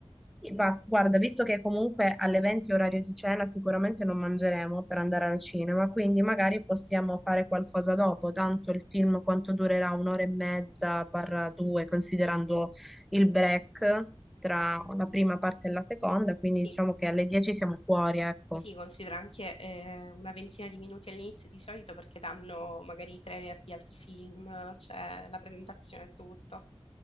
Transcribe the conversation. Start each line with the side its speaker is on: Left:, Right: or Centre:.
Centre: E basta. Guarda, visto che comunque alle 20 orario di cena sicuramente non mangeremo per andare al cinema, quindi magari possiamo fare qualcosa dopo, tanto il film quanto durerà un'ora e mezza barra due, considerando il break tra la prima parte e la seconda, quindi
Left: Sì,
Centre: diciamo che alle 10 siamo fuori, ecco.
Left: sì, considera anche eh, una ventina di minuti all'inizio di solito perché danno magari i trailer di altri film, c'è la presentazione e tutto.